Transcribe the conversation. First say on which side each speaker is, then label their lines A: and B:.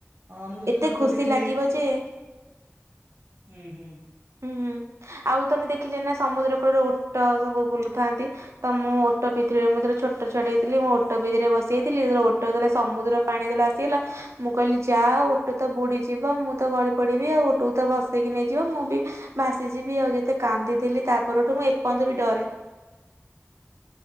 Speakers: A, on the right; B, on the right.
A: ହଁ ମୁଁ <unintelligible>
B: ଏତେ
A: ପୁରୀ
B: ଖୁସି
A: ବି ଯାଇଛି
B: ଲାଗିବ ଯେ
A: ଉଁହୁଁ।
B: ହୁଁ ଆଉ ତମେ ଦେଖିଚ ନା ସମୁଦ୍ର କୁଳରେ ଓଟ ସବୁ ବୁଲୁଥାନ୍ତି। ତ ମୁଁ ଓଟ ପିିଠିରେ ମୁଁ <unintelligible> ଛୋ ଟୋ ଛୁଆଟେ ହେଇଥିଲି ମୁଁ ଓଟ <unintelligible> ରେ ବସିଇଥିଲି <unintelligible> ଓଟୋ <unintelligible> ସମୁଦ୍ର ପାଣି <unintelligible> ଆସିଗଲା। ମୁଁ କହିଲି ଯା ଓଟ ତ ବୁଡିଯିବ ମୁଁ ତ ଗଳି ପଡିବି ଆଉ ଓଟକୁ ତ ଭସେଇକି ନେଇଯିବ ମୁଁ ବି ଭାସିଯିବି ଆଉ ଯେତେ କାନ୍ଦିଥିଲି ତାପରଠୁ ମୁଁ ଏପର୍ଯ୍ୟନ୍ତ ବି ଡରେ।